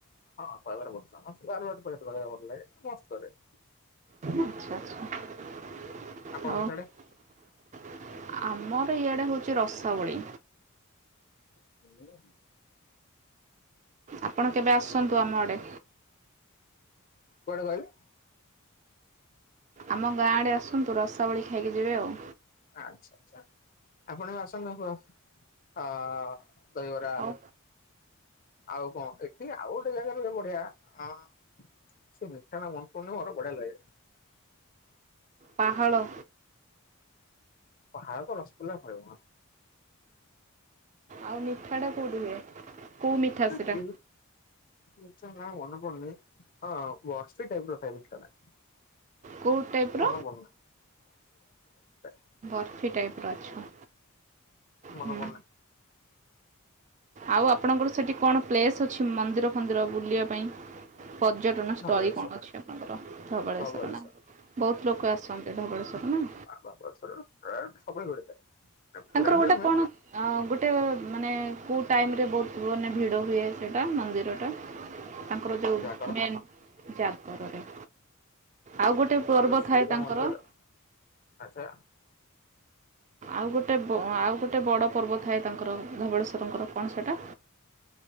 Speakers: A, on the left (about 40°); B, on the right (about 35°).
A: ହଁ ଦହିବରା ବହୁତ ଫେମସ ବାରବାଟୀ ପାଖରେ ଦହିବରା ଭଲ ଲାଗେ ମସ୍ତ କରେ।
B: ଆଚ୍ଛା ଆଛା ହଉ।
A: ଆପଣଙ୍କ
B: ଆ-
A: ସିଆଡେ?
B: ଆମର ଇଆଡେ ହଉଛି ରସାବଳି।
A: ତମର।
B: ଆପଣ କେବେ ଆସନ୍ତୁ ଆମ ଆଡ଼େ।
A: କୁଆଡେ କହିଲେ?
B: ଆମ ଗାଁ ଆଡ଼େ ଆସନ୍ତୁ ରସାବଳି ଖାଇକି ଯିବେ ଆଉ।
A: ଆଚ୍ଛା ଆଚ୍ଛା ଆପଣ ବି ଆସନ୍ତୁ କୋ ହଁ ଦହିବରା
B: ଆଉ
A: ଆଉ କଣ ଏଠି ଆଉ ଗୋଟେ ଜାଗାରେ ଭାଇ ବଢିଆ ହଁ। ସେ ମିଠାଣା ମନେ ପଡୁନି ମୋର ବଢିଆ ଲାଗେ।
B: ପାହାଳ।
A: ପାହାଳ ତ ରସଗୋଲା ଫଇମସ।
B: ଆଉ ମିଠାଟା କୋଉଠି ହୁଏ କେଉଁ ମିଠା ସେଟା?
A: କି ମିଠା ନାଁ ମନେ ପଡୁନି ହଁ ବରଫି ଟାଇପ ର ମିଠା ଟା।
B: କୋଉ ଟାଇପ୍ ର?
A: କଣ ବନନା <unintelligible>
B: ବର୍ଫି ଟାଇପ ର ଆଛା
A: ମନେ
B: ହଁ।
A: ପଡୁନି
B: ଆଉ ଆପଣଙ୍କର ସେଠି କଣ ପ୍ଲେସ୍ ଅଛି ମନ୍ଦିର ଫନ୍ଦିର ବୁଲିବା ପାଇଁ? ପର୍ଯ୍ୟଟନ ସ୍ଥଳୀ
A: ଧବଳେଶ୍ଵର
B: କଣ ଅଛି ଆପଣଙ୍କ ଧବଳେଶ୍ୱର
A: ଧବଳେଶ୍ଵର
B: ନା <inaudible> ବହୁତ ଲୋକ ଆସନ୍ତି ଧବଳେଶ୍ୱର ନା।
A: ଧବଳେଶ୍ୱର ପ୍ରାୟ ସବୁବେଳେ ଭିଡ଼ ଥାଏ। ପୁରା
B: ତାଙ୍କର
A: ଭିଡ
B: ଗୋଟେ
A: ନୁହେଁ
B: କଣ? ଆଁ ଗୋଟେ ମାନେ କୋଉ ଟାଇମରେ ବହୁତ ମାନେ ଭିଡ଼ ହୁଏ ସେଇଟା ମନ୍ଦିରଟା? ତାଙ୍କର ଯୋଉ
A: ଜାଗର
B: ମେନ୍ ଜାଗରରେ ଆଉ ଗୋଟେ ପର୍ବ
A: ଶିବ ଶିବ
B: ଥାଏ ତାଙ୍କର।
A: ମନ୍ଦିର ଆଚ୍ଛା।
B: ଆଉ ଗୋଟେ ବ ଆଉ ଗୋଟେ ବଡ଼ ପର୍ବ ଥାଏ ତାଙ୍କର ଧବଳେଶ୍ଵରଙ୍କର। କଣ ସେଟା?